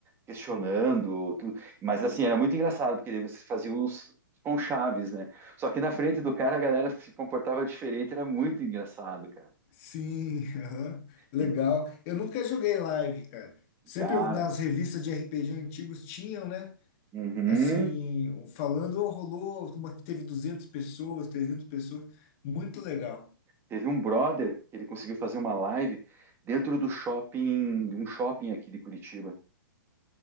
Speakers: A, on the right; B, on the left.
A: questionando, tudo. Mas, assim, era muito engraçado, porque vocês faziam uns. com chaves, né? Só que na frente do cara a galera se comportava diferente, era muito engraçado, cara.
B: Sim, <laughs> aham. Legal.
A: E,
B: Eu nunca joguei live, cara. Sempre
A: cara,
B: eu- nas revistas de RPG antigos tinham, né?
A: uhum,
B: Assim, falando, "Oh, rolou uma que teve 200 pessoas, 300 pessoas. Muito legal.
A: Teve um brother que ele conseguiu fazer uma live dentro do shopping, de um shopping aqui de Curitiba.